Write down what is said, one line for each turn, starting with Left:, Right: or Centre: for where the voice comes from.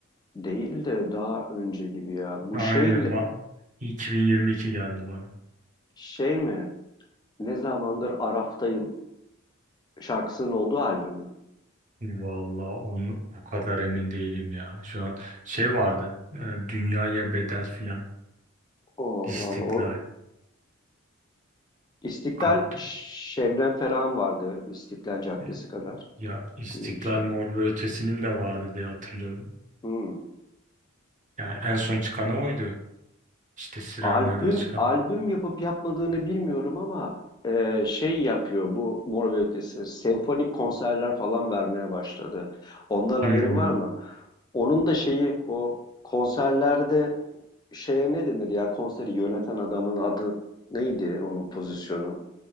Left: değil de daha önce gibi ya. Bu
Right: Aynen
Left: şeyle
Right: bak 2022 geldi bana.
Left: şey mi? Ne zamandır Araf'tayım şarkısının olduğu albüm mü?
Right: Vallahi onu o kadar emin değilim ya. Şu an şey vardı. e, dünyaya bedel filan.
Left: Oo,
Right: İstiklal
Left: Allah Allah. O İstiklal
Right: kaptı.
Left: Şebnem Ferah'ın vardı. İstiklal Caddesi
Right: E,
Left: kadar
Right: ya İstiklal
Left: diye bir şarkı.
Right: Mor ve Ötesi'nin de vardı diye hatırlıyorum.
Left: Hmm.
Right: Yani en son çıkanı oydu. İşte Sirenler'de
Left: Albüm
Right: çıkan.
Left: albüm yapıp yapmadığını bilmiyorum ama e, şey yapıyor bu Mor ve Ötesi. Senfonik konserler falan vermeye başladı. Ondan haberin
Right: Hmm.
Left: var mı? Onun da şeyi o konserlerde şeye ne denir ya konseri yöneten adamın adı neydi onun pozisyonu?